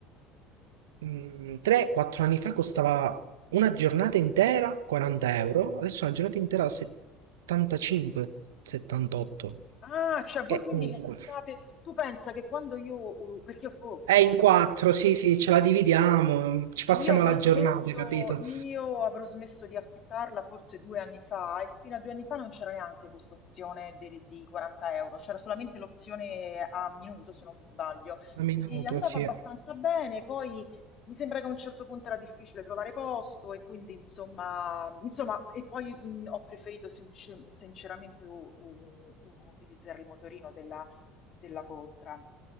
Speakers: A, on the right; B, on the left.
A: mh, 3-4 anni fa costava una giornata intera 40 euro, adesso una giornata intera 75-78.
B: Ah, cioè voi
A: Che
B: quindi
A: comunque
B: li affittate. Tu pensa che quando io, uh, perché io fo-
A: è
B: forse
A: in 4,
B: avrò-
A: sì, sì, ce la dividiamo, ci passiamo
B: io avrò
A: la
B: smesso,
A: giornata, capito?
B: io avrò smesso di affittarla forse due anni fa e fino a due anni fa non c'era neanche questa opzione de- di 40 euro, c'era solamente l'opzione a minuto se non mi sbaglio
A: Un minuto,
B: e andava
A: sì.
B: abbastanza
A: Ah,
B: bene, poi mi sembra che a un certo punto era difficile trovare posto e quindi insomma, insomma e poi mh, ho preferito semplice- sinceramente u- u- u- utilizzare il motorino della, della Coltra.